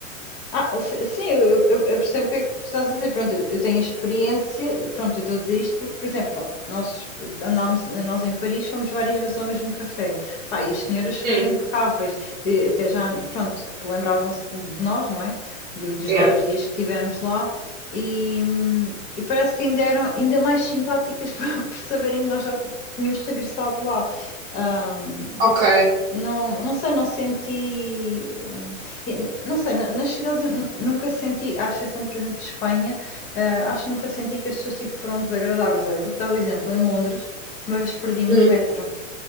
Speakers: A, on the left; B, on the right.
A: Ah, se- sim, eu, eu- eu percebo o que é que tu estás a dizer. Pronto, eu eu tenho a experiência. Pronto, eu estou a dizer isto porque, por exemplo, pá, nós andámos, nós em Paris fomos várias vezes ao mesmo café. Pá, e as senhoras foram
B: Hum,
A: impecáveis. De- até já, pronto, que lembravam-se de nós, não é? Do- dos
B: yeah.
A: vários dias que tivemos lá. E, hum, e parece que ainda eram ainda mais simpáticas <laughs> por, por saberem que nós já tínhamos regressado lá. Ahm,
B: Ok.
A: não, não sei, não senti. ah, e, Não sei, na- nas cidades eu nu- nunca senti, à exceção, por exemplo, de Espanha, ah, acho que nunca senti que as pessoas tipo, foram desagradáveis. Olha, vou-te dar o exemplo. Em Londres, uma vez perdi-me
B: Hum,
A: no metro